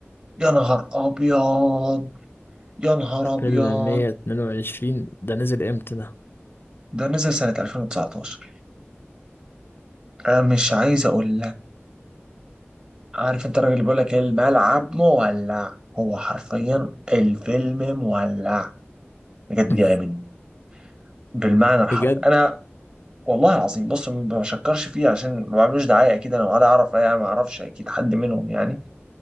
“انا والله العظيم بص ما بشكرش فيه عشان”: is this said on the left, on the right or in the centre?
Right